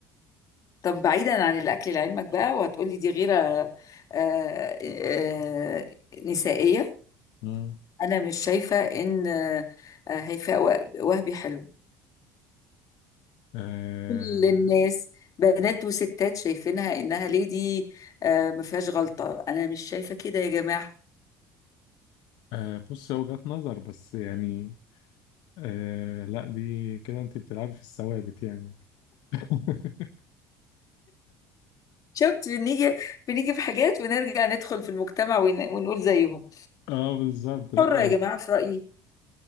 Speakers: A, on the left; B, on the left.
A: طب بعيدا عن الاكل لعلمك بقى وهتقولي دي غيرة آه آه نسائية
B: مم.
A: انا مش شايفة ان آه هيفاء وه- وهبي حلو
B: آه
A: كل الناس بنات وستات شايفينها انها ليدي آه ما فيهاش غلطة انا مش شايفة كده يا جماعة
B: آه بص هي وجهة نظر بس يعني آه لا دي كده أنت بتلعبي في الثوابت يعني <laughs>
A: شفت بنيجي بنيجي في حاجات بنرجع ندخل في المجتمع ون- ونقول زيهم
B: اه بالظبط لا
A: حرة يا جماعة
B: بس
A: في رأيي